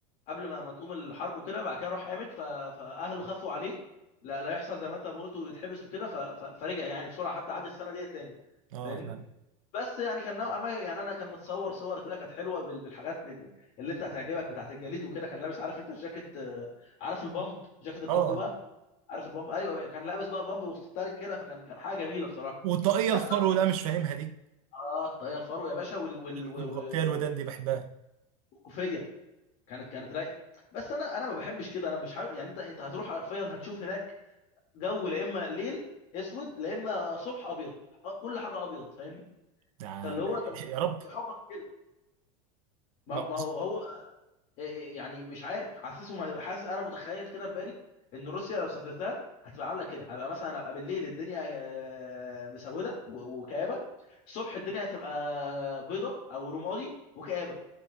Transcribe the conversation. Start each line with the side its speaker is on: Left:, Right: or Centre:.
Left: قبل ما ما تقوم الحرب وكده بعد كده راح قامت ف- فاهله خافوا عليه لا لا يحصل زي ما انت ما قلت ويتحبس وكده ف- ف- فرجع يعني بسرعه حتى عدى السنه ديت تاني
Right: اه
Left: فاهمني
Right: فاهم
Left: بس يعني كان نوعا ما يعني انا كان متصور صور كده كانت حلوه بال- بالحاجات ب- ب- اللي انت هتعجبك بتاعت الجليد وكده كان لابس عارف انت الجاكيت آه، عارف البامب جاكيت البامب
Right: اه
Left: بقى عارف البامب ايوه بقى. كان لابس بقى بامب وستارك كده فكان كان حاجه جميله بصراحه
Right: والطاقية
Left: بس
Right: الفرو
Left: انا بح...
Right: لا مش فاهمها دي
Left: اه الطاقيه الفرو يا باشا وال... وال... وال...
Right: المغطية الودان دي بحبها
Left: والكوفيه كانت كانت رايقه بس انا انا ما بحبش كده انا مش حابب يعني انت انت هتروح حرفيا هتشوف هناك جو لا اما ليل اسود لا اما صبح ابيض أ- كل حاجه ابيض فاهمني
Right: ده
Left: فاللي هو طب
Right: يا رب
Left: إيه حبك في كده ما
Right: ما-
Left: هو ما هو هو إيه، إيه، يعني مش عارف حاسسه ما- حاسس انا متخيل كده في بالي ان روسيا لو سافرتها هتبقى عامله كده هبقى مثلا ابقى بالليل الدنيا آه، مسوده و- وكآبه الصبح الدنيا هتبقى بيضه او رمادي وكآبه